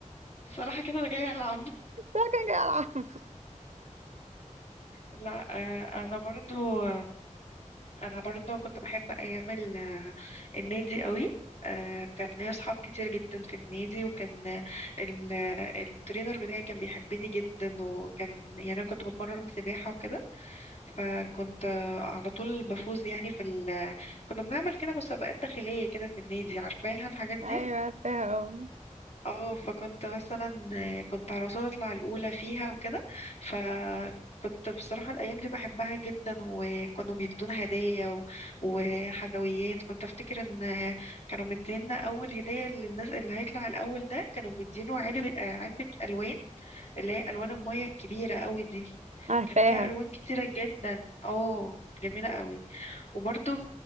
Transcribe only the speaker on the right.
<laughs> لا كان جاي العب <laughs>
ايوه عارفاها اه
عارفاها